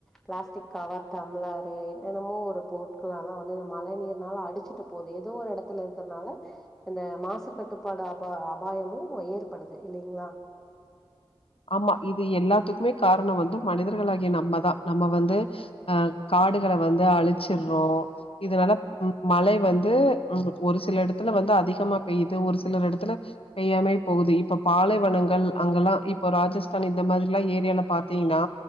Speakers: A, in the centre; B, on the left (about 70°).
A: பிளாஸ்டிக் கவர் டம்ளாரு என்னென்னமோ ஒரு பொருட்கள்ளல்லா வந்து இந்த மழ நீர்னால அடிச்சுட்டு போதுல ஏதோ ஒரு இடத்துல இருக்கறனால இந்த மாசு கட்டுப்பாடு அபா அபாயமு ஏற்படுது இல்லைங்களா
B: ஆமா இது எல்லாத்துக்குமே காரண வந்து மனிதர்களாகிய நம்மதா நம்ம வந்து அ கா காடுகள வந்து அழிச்சுட்றோ இதனால மழை வந்து ம் ஒரு சில இடத்துல வந்து அதிகமா பெய்யுது ஒரு சில இடத்துல பெய்யாமைய போகுது இப்ப பாலைவனங்கள் அங்கெல்லா இ ப்ப ராஜஸ்தான் இந்த மாதிரிலா ஏரியால பாத்தீங்கன்னா